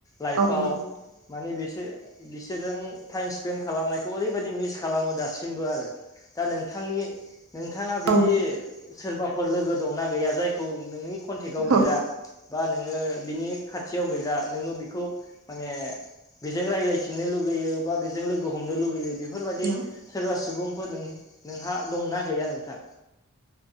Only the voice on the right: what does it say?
औ नंगौ नोंथां
औ
औ
हेलौ